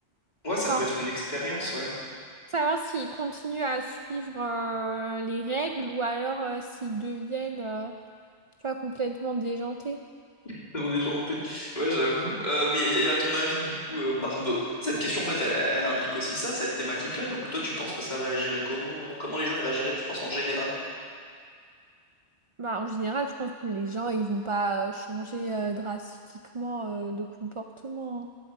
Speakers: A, on the left (about 40°); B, on the right (about 40°).
A: Ouais,
B: sans
A: ça peut être une expérience, ouais.
B: savoir s'ils continuent à suivre euh, les règles ou alors euh, s'ils deviennent euh, tu vois, complètement déjantés.
A: <laughs> On est gentil. Ouais, j'avoue. Euh, mais et à ton avis, du coup, euh, on par contre, bah, cette question, en fait, elle, elle- elle implique aussi ça, cette thématique-là. Donc, toi, tu penses que ça réagirait comment? euh, comment les gens y réagiraient, tu penses, en général?
B: Bah, en général, je pense que les gens ils vont pas euh, changer euh, drastiquement euh, de comportement. hein.